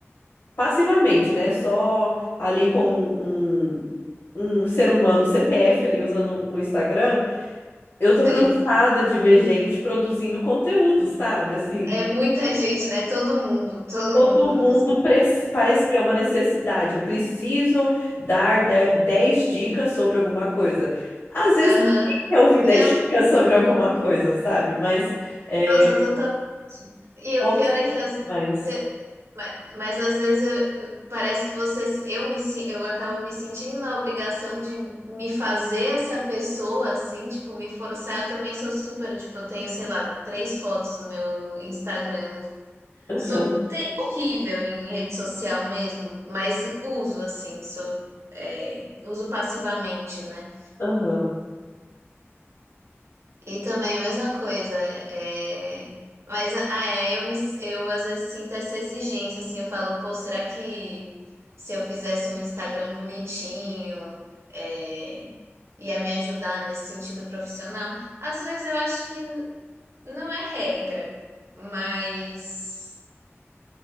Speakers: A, on the left; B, on the right.
A: passivamente, né? Só ali como um, um um ser humano, CPF ali usando o Instagram. Eu tô
B: sei.
A: cansada de ver gente produzindo conteúdo, sabe? Assim,
B: É muita gente, né? Todo mundo, todo
A: todo
B: mundo produz.
A: mundo preci- parece que é uma necessidade. Eu preciso dar de- 10 dicas sobre alguma coisa. Às vezes
B: Aham.
A: ninguém quer ouvir 10
B: E a
A: <laughs> dicas sobre alguma coisa, sabe? Mas é,
B: Nossa, totalmente. E
A: todos
B: o pior é que às
A: mais.
B: vezes, mas, mas às vezes eu- parece que você, se- eu me, sin- eu acabo me sentindo na obrigação de me fazer essa pessoa assim, tipo, me forçar. Eu também sou super, tipo, eu tenho, sei lá, três fotos no meu Instagram.
A: Aham,
B: Sou te- horrível em rede social mesmo, mas uso assim, sou, é, uso passivamente, né?
A: aham,
B: E também a mesma coisa, é... mas ah, é, eu me, eu às vezes sinto essa exigência, assim, eu falo, pô, será que se eu fizesse um Instagram bonitinho, é... ia me ajudar nesse sentido profissional? Às vezes eu acho que não é regra, mas